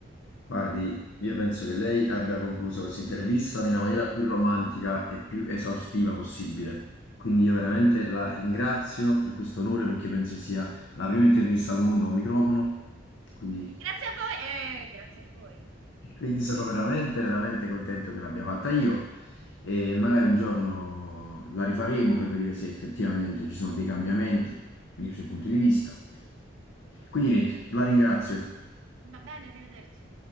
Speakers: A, on the left; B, on the right.
A: Guardi, io penso che lei abbia concluso questa intervista nella maniera più romantica e più esaustiva possibile. Quindi io veramente la ringrazio per questo onore perché penso sia la prima intervista al mondo a un microfono. Quindi,
B: Grazie a voi e grazie a voi.
A: quindi sono veramente, veramente contento che l'abbia fatta io. E magari un giorno la rifaremo per vedere se effettivamente ci sono dei cambiamenti nei suoi punti di vista. Quindi niente, la ringrazio.
B: Va bene, arrivederci.